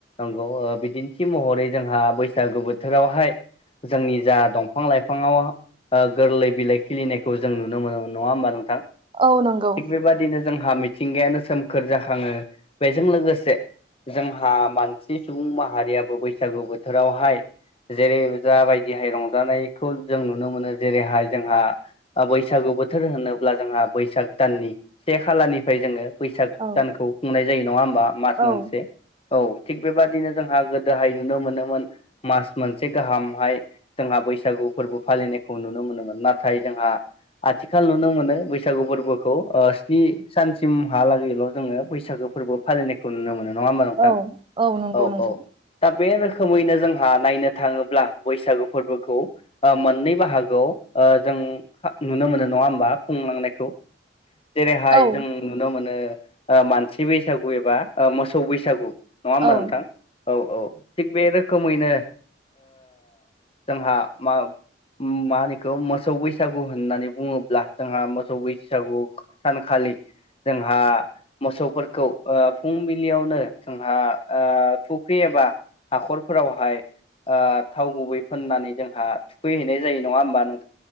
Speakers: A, on the left; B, on the right.
A: औ बिदिन्थि महरै जोंहा बैसागु बोथोरावहाय जोंनि जा दंफां लाइफाङाव ओ गोरलै बिलाइ खिलिनायखौ जों नुनो मोनो नङा होमबा नोंथां?
B: औ नंगौ
A: थिग बेबादिनो जोंहा मिथिंगायानो सोमखोर जाखाङो बेजों लोगोसे जोंहा मानसि सुबुं माहारियाबो बैसागु बोथोरावहाय जेरै जाबायदिहाय रंजानायखौ जों नुनो मोनो जेरैहाय जोंहा ओ बैसागु बोथोर होनोब्ला जोंहा बैसाग दाननि से खालानिफ्राय जोङो बैसाग
B: औ
A: दानखौ खुंनाय जायो नङा होमबा मास
B: औ
A: मोनसे औ थिग बेबादिनो जोंहा गोदोहाय नुनो मोनोमोन मास मोनसे गाहामहाय जोंहा बैसागु फोरबो फालिनायखौ नुनो मोनोमोन नाथाय जोंहा आथिखाल नुनो मोनो बैसागु फोरबोखौ ओ स्नि सानसिमहालागैल' जोङो बैसागो फोरबो फालिनायखौ नुनो मोनो नङा होमबा नोंथां?
B: औ नंगौ
A: औ
B: नोंथां
A: औ थाब बे रोखोमैनो जोंहा नायनो थाङोब्ला बैसागु फोरबोखौ ओ मोननै बाहागोआव ओ जों नुनो मोनो नङा होमबा खुंलांनायखौ? जेरैहाय
B: औ
A: जों नुनो मोनो मानसि बैसागु एबा मोसौ बैसागु नङा होमबा
B: औ
A: नोंथां? औ औ थिग बे रोख खोमैनो जोंहा मा मा होनोखौ मोसौ बैसागु होननानै बुङोब्ला जोंहा मोसौ बैसागु सानखालि जोंहा मोसौफोरखौ ओ फुंबिलियावनो जोंहा ओ फुख्रि एबा हाखरफोरावहाय ओ थाव गुबै फोननानै जोंहा थुखैहैनाय जायो नङा होमबा नों